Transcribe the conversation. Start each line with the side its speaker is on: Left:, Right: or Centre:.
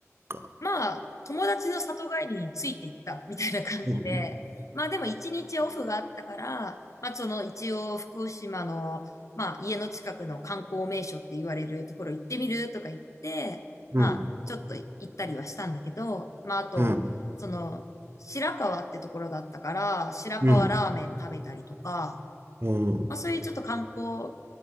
Right: か
Left: まあ、友達の里帰りについていったみたいな感じで、
Right: うん、
Left: <laughs> まあでも一日オフがあったから、まあその一応福島の、まあ家の近くの観光名所って言われるところ行ってみるとか言って、
Right: うん、
Left: まあちょっと行ったりはしたんだけど、まああと、
Right: うん、
Left: その白川ってところだったから、白川ラーメン食べたりとか、
Right: うん、うん、
Left: まあそういうちょっと観光っ